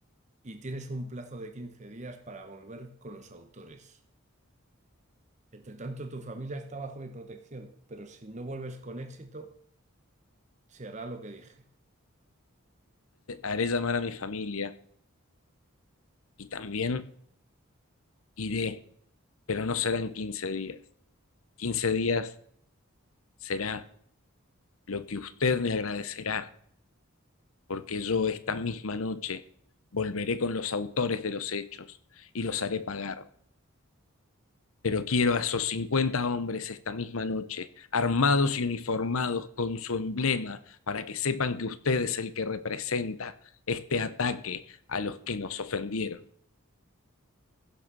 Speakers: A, on the right; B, on the left.
A: y tienes un plazo de 15 días para volver con los autores. Entre tanto, tu familia está bajo mi protección, pero si no vuelves con éxito, se hará lo que dije.
B: Haré llamar a mi familia y también iré, pero no serán 15 días. quince días será lo que usted me agradecerá porque yo esta misma noche volveré con los autores de los hechos y los haré pagar. Pero quiero a esos 50 hombres esta misma noche, armados y uniformados con su emblema, para que sepan que usted es el que representa este ataque a los que nos ofendieron.